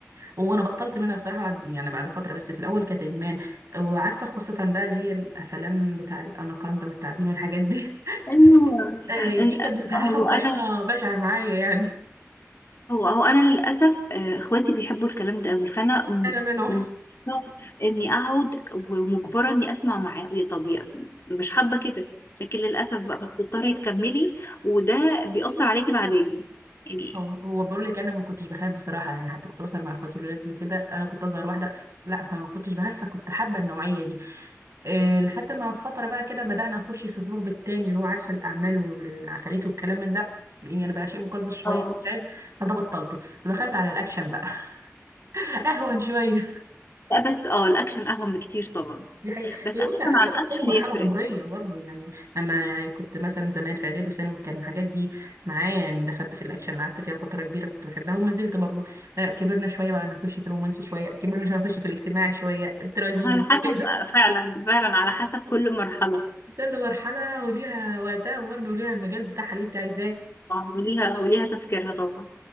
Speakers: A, on the right; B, on the left.
A: وانا بطلت منها بصراحه بعد يعني بعد فتره بس في الاول كانت ادمان وعارفه خاصه بقى اللي هي الافلام بتاع الاناكوندا والتعابين والحاجات دي <laughs>
B: ايوه
A: آه،
B: إن-
A: دي كانت بصراحه
B: وانا
A: بطريقه بشعه معايا يعني
B: هو هو انا للاسف آه، اخواتي بيحبوا الكلام ده قوي فانا م-
A: انا منهم
B: م- اني اقعد ومجبره اني اسمع معاه وي- طب يا- مش حابه كده لكن للاسف بقى بتضطري تكملي وده بيأثر عليكي بعدين يعني
A: هو هو بقول لك انا ما كنتش بخاف بصراحه يعني حتى كنت بسهر مع اخواتي الولاد وكده انا كنت اصغر واحده لا ما كنتش بخاف فكنت حابه النوعيه دي آه، لحد ما فتره بقى كده بدانا نخش في الرعب التاني اللي هو عارفه الاعمال والعفاريت والكلام من ده يعني بقى شيء مقزز شويه
B: اه
A: تعب فده بطلته ودخلت على الاكشن بقى <laughs> اهون شويه
B: لا بس اه الاكشن اهون بكتير طبعا
A: دي حقيقة
B: بس
A: هي
B: اكشن
A: بصي على حسب
B: عن اكشن
A: كل مرحلة
B: يفرق
A: عمرية برضه يعني أما يعني كنت مثلا زمان في إعدادي وثانوي كان الحاجات دي معايا يعني دخلت في الأكشن قعدت فيها فترة كبيرة كنت بحبها وما زلت برضه آه، كبرنا شوية بقى نخش في الرومانسي شوية كبرنا شوية نخش في الاجتماعي شوية التراجيدي
B: على حسب
A: وهكذا
B: فعلا فعلا على حسب كل مرحله
A: <laughs> كل مرحلة وليها وقتها برضه وليها المجال بتاعها اللي أنت عايزاه
B: طبعاً، وليها وليها تفكيرها طبعا